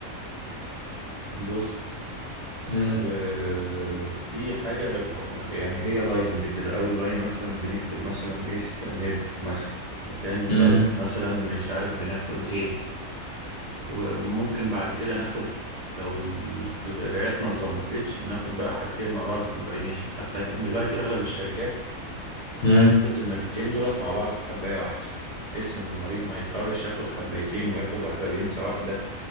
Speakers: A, on the right (about 55°); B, on the left (about 60°).
A: بص
B: امم
A: آه، في حاجة يعني هي لاينز كده أول لاين مثلا بنكتب مثلا إيه انهبيتور مثلا وتاني لاين
B: امم
A: مثلا مش عارف بناخد إيه وممكن بعد كده ناخد لو ال- القرايات ما اتظبطتش بناخد بقى حاجتين مع بعض كومباينيشن حتى دلوقتي أغلب الشركات
B: امم
A: حطت المادتين دولت مع بعض في حباية واحدة بحيث إن المريض ما يضطرش ياخد حبايتين وياخد واحدة وينسى واحدة